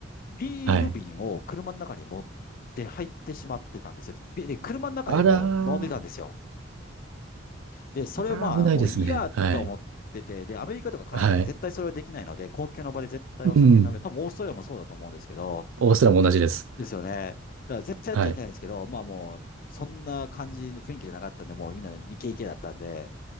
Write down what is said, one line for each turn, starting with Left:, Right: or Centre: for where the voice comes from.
Left: ビール瓶を車の中に持って入ってしまってたんですよ。
Right: はい。
Left: で、で車の中でも飲んでたんですよ。
Right: あらー、
Left: で、それをまあ、
Right: あー危ないですね。
Left: もういいやと思ってて、
Right: はい。
Left: で、アメリカとかカナダで絶対それはできないので、
Right: はい。
Left: 公共の場で絶対お酒飲め、
Right: うん。
Left: 多分オーストラリアもそうだと思うんですけど、
Right: オーストラも同じです。
Left: ですよね。だから絶対やっちゃいけないんですけど、
Right: はい。
Left: まあもう、そんな感じ、雰囲気じゃなかったんで、もうみんなイケイケだったんで、